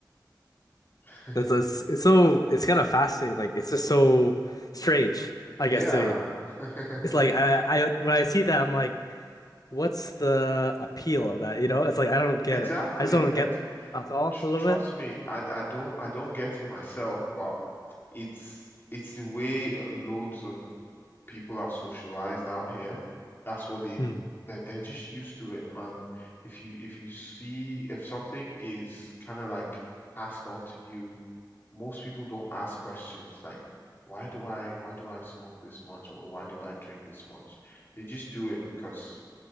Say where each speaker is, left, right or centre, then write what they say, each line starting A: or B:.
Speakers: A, on the left (about 30°); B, on the left (about 55°).
A: <laughs>
B: That's it's, it's so it's kind of fascinating. Like it's just so strange, I
A: Yeah.
B: guess, to me.
A: <laughs>
B: It's like I I like when I see that, I'm like, what's the appeal of that? You know, it's like I don't get
A: Exactly.
B: it. I just don't get
A: Ex
B: alcohol
A: tr-
B: a little
A: trust
B: bit.
A: me, I I don't I don't get it myself, but It's it's the way loads of people are socialized out here. That's what they
B: Hmm.
A: they're, they're just used to it. And if you if you see if something is kind of like passed on to you, most people don't ask questions like, why do I why do I smoke this much or why do I drink this much? They just do it because